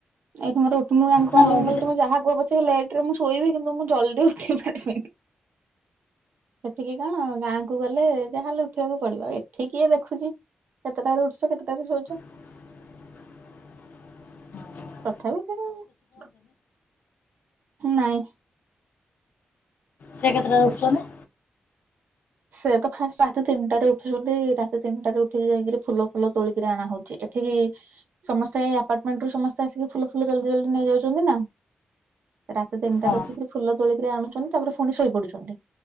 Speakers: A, on the right (about 80°); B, on the left (about 80°).
A: ଏଇଠି ମୋର ଉଠୁ ମୁଁ ଆଙ୍କୁ
B: ନା
A: କହିଲି ମୁଁ
B: ବି
A: କହିଲି ତୁମେ ଯାହା କୁହ ପଛେ ଲେଟ୍ ରେ ମୁଁ ଶୋଇବି କିନ୍ତୁ ମୁଁ ଜଲଦି ଉଠି ପାରିବିନି। ସେଠିକି କଣ ଗାଁ କୁ ଗଲେ ଯାହା ହେଲେ ଉଠିବାକୁ ପଡିବ ଏଠି କିଏ ଦେଖୁଚି। କେତେଟାରେ ଉଠୁଚ କେତେଟାରେ ଶୋଉଚ।
B: ହଁ।
A: ତଥାପି ସେ ଯୋଉ ନାଇଁ।
B: ସେ କେତେଟାରେ ଉଠୁଚନ୍ତି?
A: ସେ ତ ଫାଷ୍ଟ ରାତି ତିନିଟାରେ ଉଠୁଛନ୍ତି ରାତି ତିନିଟାରେ ଉଠିକି ଯାଇକିରି ଫୁଲ ଫୁଲ ତୋଳିକିରି ଆଣା ହଉଚି ଏ ଠିକି ସମସ୍ତେ ଆପାର୍ଟମେଣ୍ଟରୁ ସମସ୍ତେ ଆସିକି ଫୁଲ ଫୁଲ ଜଲଦି ଜଲଦି ନେଇଯାଉଚନ୍ତି ନା। ରାତି ତିନିଟାରେ
B: ହଁ।
A: ଉଠିକିରି ଫୁଲ ତୋଳିକିରି ଆଣୁଚନ୍ତି ତାପରେ ଫୁଣି ଶୋଇପଡୁଛନ୍ତି